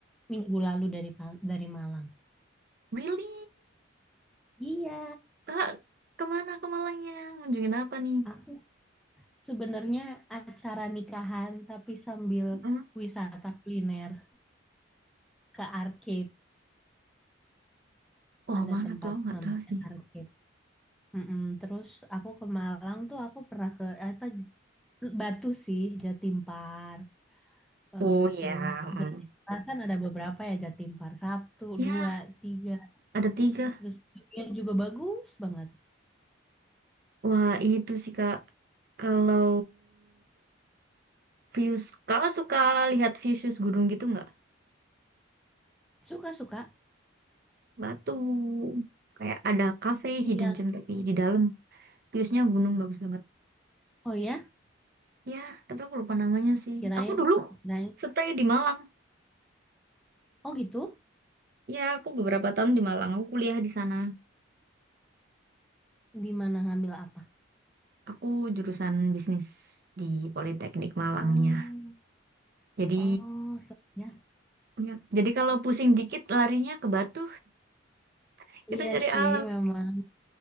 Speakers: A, in the centre; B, on the right (about 50°).
A: minggu lalu dari pan- dari Malang.
B: Really?
A: Iya,
B: Kak, kemana ke Malangnya? Ngunjungin apa nih?
A: aku sebenarnya acara nikahan tapi sambil
B: Mm.
A: wisata kuliner ke arcade.
B: Wah,
A: Ada
B: mana
A: tempat
B: tuh? Aku nggak
A: namanya
B: tahu sih.
A: arcade. Mm-mm, terus aku ke Malang tuh aku pernah ke apa Batu sih Jatim Park Eh,
B: Oh ya,
A: terus
B: mm.
A: Jatim Park kan ada beberapa ya Jatim Park satu
B: Ya,
A: dua tiga
B: ada tiga.
A: terus juga juga bagus banget
B: Wah, itu sih, Kak. Kalau views, kalau suka lihat views gunung gitu nggak?
A: suka suka
B: Batu. Kayak ada cafe hidden
A: iya
B: gem tapi di dalam. Viewsnya gunung bagus banget.
A: oh ya
B: Ya, tapi aku lupa namanya sih.
A: kirain
B: Aku dulu
A: kirain
B: stay di Malang.
A: oh gitu
B: Ya, aku beberapa tahun di Malang. Aku kuliah di sana.
A: di mana ngambil apa
B: Aku jurusan bisnis di Politeknik Malangnya.
A: oh
B: Jadi,
A: oh serunya
B: ya, jadi kalau pusing dikit larinya ke Batu. <laughs> Kita
A: iya
B: cari
A: sih
B: alam.
A: memang